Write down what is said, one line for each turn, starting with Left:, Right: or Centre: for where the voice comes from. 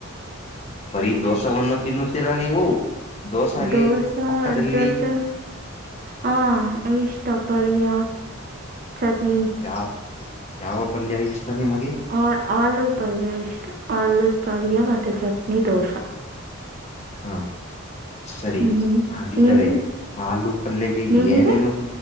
Left: ಬರೀ ದೋಷವನ್ನು ತಿನ್ನುತ್ತೀರಾ ನೀವು ದೋಸಾಗೆ
Right: ದೋಸ
Left: ಪಕ್ಕದಲ್ಲಿ
Right: ಜೊತೆ ಹಾ ಇಷ್ಟ ಪಲ್ಯ ಚಟ್ನಿ
Left: ಯಾವ ಯಾವ ಪಲ್ಯ ಇಷ್ಟಾನ ನಿಮಗೆ
Right: ಆ ಆಲೂ ಪಲ್ಯ ಇಷ್ಟ ಆಲೂ ಪಲ್ಯ ಮತ್ತೆ ಚಟ್ನಿ ದೋಸೆ
Left: ಹಾ ಸರಿ
Right: ಹ್ಮ್
Left: ಹಾಗಿದ್ದರೆ
Right: ನಿಮ್
Left: ಹಲೂ ಪಲ್ಗೆ
Right: ನಿಮ್ಗೆ
Left: ಏನೇನು